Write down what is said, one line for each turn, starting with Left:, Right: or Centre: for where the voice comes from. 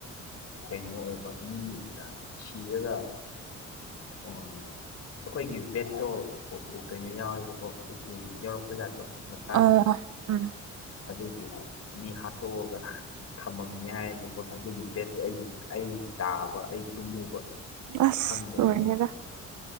Left: ꯀꯩꯅꯣ ꯑꯣꯏꯕ ꯃꯤ ꯁꯤꯔꯒ ꯑꯣ ꯑꯩꯈꯣꯏꯒꯤ ꯕꯦꯠꯇꯣ ꯀꯩꯅꯣ ꯌꯥꯎꯋꯦꯕꯀꯣ ꯎꯄꯨ ꯌꯥꯎꯔꯛꯄ ꯖꯥꯠꯇꯣ ꯃꯆꯥꯒꯤ
Right: ꯑꯣ ꯎꯝ
Left: ꯑꯗꯨꯒꯤ ꯃꯤ ꯍꯥꯠꯇꯣꯛꯑꯒ ꯊꯝꯃꯝꯅꯤ ꯍꯥꯏ ꯣ ꯑꯗꯨꯒꯤ ꯕꯦꯗꯣ ꯑꯩ ꯑꯩ ꯇꯥꯕ ꯑꯩ ꯇꯨꯝꯃꯨꯕ
Right: ꯑꯁ
Left: ꯈꯪꯗꯕꯅꯤꯅ
Right: ꯔꯍꯤꯦꯗ